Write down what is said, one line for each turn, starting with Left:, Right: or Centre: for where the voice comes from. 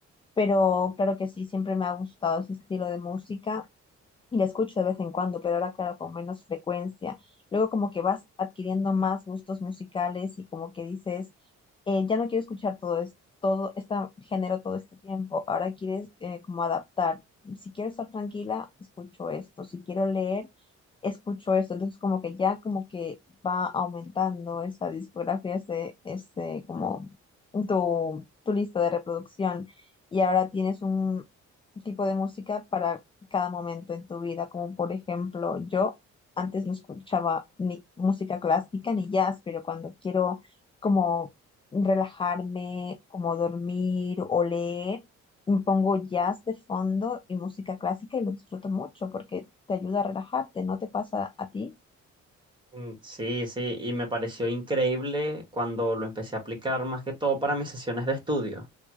Left: pero claro que sí, siempre me ha gustado ese estilo de música. Y la escucho de vez en cuando, pero ahora, claro, con menos frecuencia. Luego como que vas adquiriendo más gustos musicales y como que dices, eh, ya no quiero escuchar todo esto, todo este género todo este tiempo. Ahora quieres eh, como adaptar. Si quiero estar tranquila, escucho esto. Si quiero leer, escucho esto. Entonces como que ya como que va aumentando esa discografía, ese, ese como tu, tu lista de reproducción. Y ahora tienes un tipo de música para cada momento en tu vida, como por ejemplo yo antes no escuchaba ni música clásica ni jazz, pero cuando quiero como relajarme, como dormir o leer, me pongo jazz de fondo y música clásica y lo disfruto mucho porque te ayuda a relajarte, ¿no te pasa a ti?
Right: Mm, Sí, sí, y me pareció increíble cuando lo empecé a aplicar más que todo para mis sesiones de estudio.